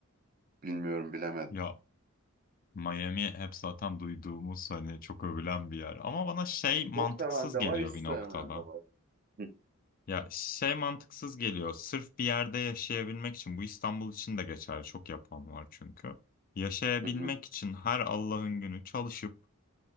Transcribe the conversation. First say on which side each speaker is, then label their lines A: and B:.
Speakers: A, on the right; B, on the left.
A: Bilmiyorum bilemedim.
B: Ya Miami hep zaten duyduğumuz hani çok övülen bir yer. Ama bana şey mantıksız
A: Çok seven de
B: geliyor
A: var, hiç sevmeyen
B: bir noktada.
A: de var. Hı,
B: Ya şey mantıksız geliyor. Sırf bir yerde yaşayabilmek için bu İstanbul için de geçerli. Çok yapan var çünkü. Yaşayabilmek
A: hı, hı.
B: için her Allah'ın günü çalışıp